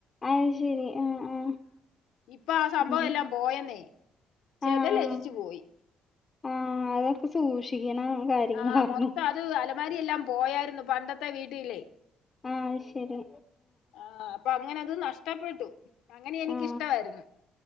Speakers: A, on the left (about 25°); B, on the left (about 85°).
A: അത് ശരി ആ ആ
B: ഇപ്പ ആ സംഭവം
A: ഉം
B: എല്ലാം പോയെന്നേ ചെതലരിച്ചു
A: ആ ആ
B: പോയി
A: ആ അതൊക്കെ സൂക്ഷിക്കണ കാര്യങ്ങളാരുന്നു
B: ആഹ് മൊത്തം അത് അലമാരിയെല്ലാം പോയാരുന്നു പണ്ടത്തെ വീട്ടിലേ
A: ആ അത് ശരി
B: ആ അപ്പങ്ങനെ അത് നഷ്ടപ്പെട്ടു അങ്ങനെ എനിക്കിഷ്ടവാരുന്നു
A: ആ